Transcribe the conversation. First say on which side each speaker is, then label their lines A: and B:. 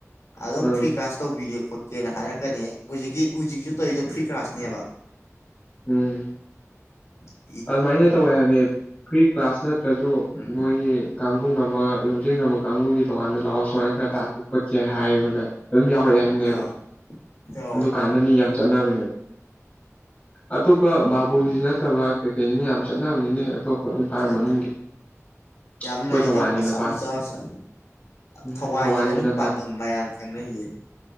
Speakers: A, on the left; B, on the left.
A: ꯑꯗꯨꯝ
B: ꯎꯝ
A: ꯐ꯭ꯔꯤꯀꯥꯁ ꯇꯧꯕꯤꯒꯦ ꯀꯦꯅ ꯍꯥꯏꯔꯛꯀꯅꯤ ꯍꯧꯖꯤꯛꯀꯤ ꯍꯧꯖꯤꯛꯁꯨ ꯇꯧꯔꯤꯗꯣ ꯐ꯭ꯔꯤ ꯀ꯭ꯂꯥꯁꯅꯦꯕ
B: ꯎꯝ
A: ꯎꯝ
B: ꯑꯗꯨꯃꯥꯏꯅ ꯇꯧꯋꯦ ꯍꯥꯏꯕꯗꯤ ꯐ꯭ꯔꯤ ꯀ꯭ꯂꯥꯁ ꯅꯠꯇ꯭ꯔꯁꯨ
A: ꯎꯝ
B: ꯃꯣꯏꯒꯤ ꯀꯥꯡꯒ ꯑꯃ ꯂꯝꯖꯦꯟ ꯑꯃ ꯀꯥꯡꯒꯒꯤ ꯇꯣꯉꯥꯟꯗ ꯂꯥꯛꯑꯣ ꯁꯨꯃꯥꯏꯅ ꯈꯔ ꯇꯥꯛꯀꯦ ꯈꯣꯠꯀꯦ ꯍꯥꯏꯕꯒ ꯑꯗꯨꯝ ꯌꯥꯎꯔꯛꯑꯦ ꯍꯥꯏꯕꯅꯦꯕ
A: ꯑꯥ ꯌꯥꯎꯋꯦ
B: ꯑꯗꯨ ꯀꯥꯟꯗ ꯃꯤ ꯌꯥꯝ ꯆꯠꯅꯕꯅꯦ ꯑꯇꯣꯞꯄ ꯕꯥꯕꯨꯒꯤꯁꯨ ꯅꯠꯇꯕ ꯀꯩꯀꯩꯅꯤ ꯌꯥꯝ ꯆꯠꯅꯕꯒꯤꯅꯦ ꯑꯇꯣꯞꯄ ꯏꯝꯐꯥꯜ
A: ꯆꯠꯅꯤ
B: ꯃꯅꯨꯡꯒꯤ
A: ꯌꯥꯝ
B: ꯑꯩꯈꯣꯏ
A: ꯂꯩꯗ
B: ꯊꯧꯕꯥꯜꯒꯤꯅ
A: ꯃꯆꯥ
B: ꯄꯥꯟ
A: ꯃꯆꯥ ꯃꯆꯥ
B: ꯎꯝ
A: ꯊꯋꯥꯏꯅꯤꯅ
B: ꯊꯧꯕꯥꯜꯒꯤꯅ
A: ꯑꯗꯨꯝ ꯄꯥꯟꯗꯝ ꯃꯌꯥꯝ ꯈꯪꯅꯩꯌꯦ